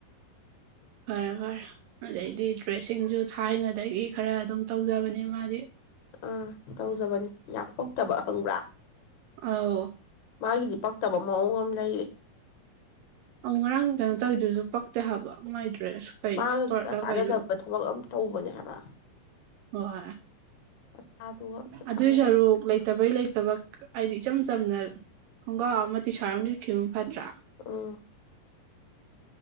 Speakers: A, on the right (about 75°); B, on the left (about 55°).
A: ꯐꯔꯦ ꯐꯔꯦ ꯑꯗꯩꯗꯤ ꯗ꯭ꯔꯦꯁꯁꯤꯡꯁꯨ ꯊꯥꯏꯅꯗꯒꯤ ꯈꯔ ꯑꯗꯨꯝ ꯇꯧꯖꯕꯅꯤ ꯃꯥꯗꯤ
B: ꯑꯥ ꯇꯧꯖꯕꯅꯤ ꯌꯥꯝ ꯄꯛꯇꯕ ꯍꯪꯕ꯭ꯔꯥ
A: ꯑ
B: ꯃꯥꯒꯤꯗꯤ ꯄꯛꯇꯕ ꯃꯑꯣꯡ ꯑꯃ ꯂꯩꯔ
A: ꯑꯧ ꯉꯔꯥꯡ ꯀꯩꯅꯣ ꯇꯧꯗꯣꯏꯁꯨ ꯄꯛꯇꯦ ꯍꯥꯏꯕ ꯃꯥꯏ ꯗ꯭ꯔꯦꯁ ꯀꯩꯅꯅꯣ
B: ꯃꯥꯒ
A: ꯁꯀꯔꯂ
B: ꯁꯨꯡꯆꯥ ꯆꯥꯟꯅꯗꯕ
A: ꯀꯅ
B: ꯊꯕꯛ ꯑꯃ ꯇꯧꯕꯅꯦ ꯍꯥꯏꯕ
A: ꯋꯥ
B: ꯃꯆꯥꯗꯨꯒ ꯑꯝꯇ ꯆꯥꯟꯅꯗꯕ
A: ꯑꯗꯨꯏ ꯁꯔꯨꯛ ꯂꯩꯇꯕꯩ ꯂꯩꯇꯕ ꯍꯥꯏꯗꯤ ꯏꯆꯝ ꯆꯝꯅ ꯈꯣꯡꯒ꯭ꯔꯥꯎ ꯑꯃꯗꯤ ꯇꯤꯁꯥꯔꯠ ꯑꯃꯝ ꯂꯤꯠꯈꯤꯕꯅ ꯐꯠꯇ꯭ꯔꯥ
B: ꯑꯥ